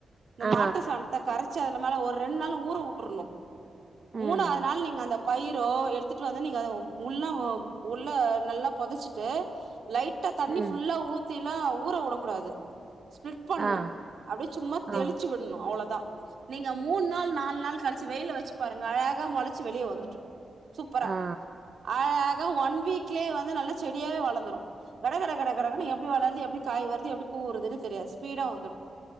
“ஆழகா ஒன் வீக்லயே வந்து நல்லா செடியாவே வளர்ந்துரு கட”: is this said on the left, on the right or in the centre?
Right